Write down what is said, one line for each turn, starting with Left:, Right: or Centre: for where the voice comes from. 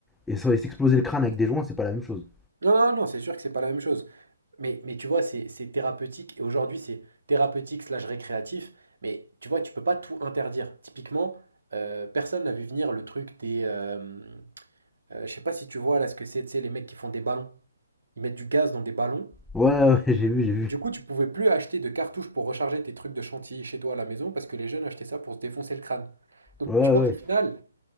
Centre: et s'en- et s'exploser le crâne avec des joints, c'est pas la même chose.
Right: Non, non, non, c'est sûr que c'est pas la même chose. Mais, mais tu vois, c'est c'est thérapeutique. Et aujourd'hui, c'est thérapeutique slash récréatif. Mais tu vois, tu peux pas tout interdire. Typiquement, euh, personne n'a vu venir le truc des. euh, euh, je sais pas si tu vois là ce que c'est, tu sais, les mecs qui font des ballons. Ils mettent du gaz dans des ballons.
Centre: Ouais, ouais, <laughs> j'ai vu, j'ai vu.
Right: Et du coup, tu pouvais plus acheter de cartouches pour recharger tes trucs de chantilly chez toi à la maison parce que les jeunes achetaient ça pour se défoncer le crâne. Donc,
Centre: Ouais,
Right: tu vois,
Centre: ouais.
Right: au final,